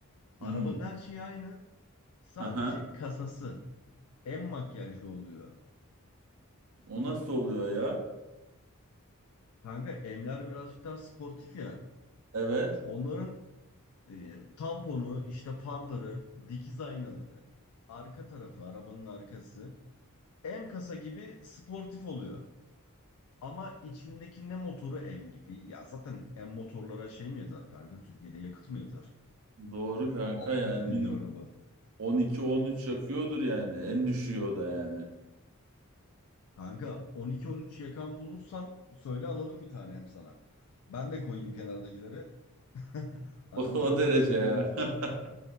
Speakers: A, on the left; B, on the right.
A: Arabanın
B: Hmm.
A: her şeyi aynı. Sadece
B: Aha.
A: kasası en makyajlı oluyor.
B: O nasıl oluyor ya?
A: Kanka Emler birazcık daha sportif ya.
B: Evet.
A: Onların e, tamponu, işte farları, dikiz aynaları, arka tarafı, arabanın arkası M kasa gibi sportif oluyor. Ama içindeki ne motoru M gibi. Ya zaten M motorlara şey mi yeter kanka? Türkiye'de yakıt mı yeter?
B: Doğru kanka
A: 600
B: yani
A: beygir
B: minimum
A: araba.
B: 12-13 yakıyordur yani. En düşüğü o da yani.
A: Kanka 12-13 yakan bulursan söyle alalım bir tane hem sana. Ben de koyayım kenardakileri. <laughs>
B: <laughs>
A: Aramızda
B: O, o derece
A: bir tane emimiz
B: ya.
A: olsun.
B: <laughs>